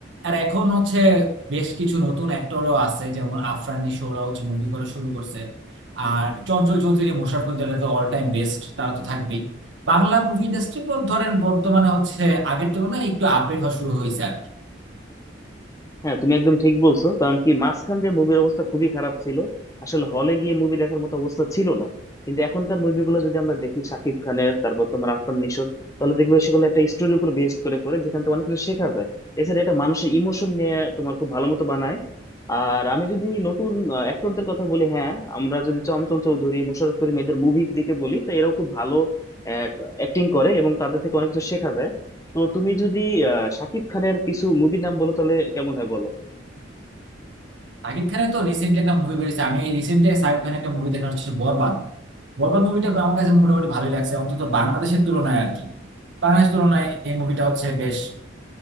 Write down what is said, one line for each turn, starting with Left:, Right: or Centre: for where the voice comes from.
Right: আর এখন হচ্ছে বেশ কিছু নতুন অ্যাক্টরও আছে যেমন আফরান নিশো ওরা হচ্ছে মুভি করা শুরু করছে আর চঞ্চল চৌধুরী মোশাররফ করিমের তো অল টাইম বেস্ট তারা তো থাকবেই বাংলা মুভি ইন্ডাস্ট্রি ধরেন বর্তমানে হচ্ছে আগের তুলনায় একটু আপডেট হওয়া শুরু হয়েছে আর কি।
Left: হ্যাঁ তুমি একদম ঠিক বলছো কারণ কি মাঝখান দিয়ে মুভির অবস্থা খুবই খারাপ ছিল আসলে হলে গিয়ে মুভি দেখার মতো অবস্থা ছিল না কিন্তু এখনকার মুভিগুলো যদি আমরা দেখি শাকিব খানের তারপর তোমার আরফান নিশোর তাহলে দেখবে সেগুলো একটা স্টোরির উপর বেস করে করে যেখান থেকে অনেক কিছু শেখা যায় এছাড়া এটা মানুষের ইমোশন নিয়ে তোমার খুব ভালো মতো বানায় আর আমি যদি নতুন অ্যাক্টরদের কথা বলি হ্যাঁ আমরা যদি চঞ্চল চৌধুরী মোশাররফ করিম এদের মুভির দিকে বলি তো এরাও খুব ভালো অ্যাক্টিং করে এবং তাদের থেকে অনেক কিছু শেখা যায় তো তুমি যদি আহ, শাকিব খানের কিছু মুভির নাম বলো তাহলে কেমন হয় বলো
Right: শাকিব খানের তো রিসেন্টলি একটা মুভি বেরিয়েছে আমি রিসেন্টলি শাকিব খানের একটা মুভি দেখা হচ্ছে বরবাদ বরবাদ মুভিটা আমার কাছে মোটামুটি ভালোই লাগছে অন্তত বাংলাদেশের তুলনায় আর কি বাংলাদেশের তুলনায় এই মুভিটা হচ্ছে বেশ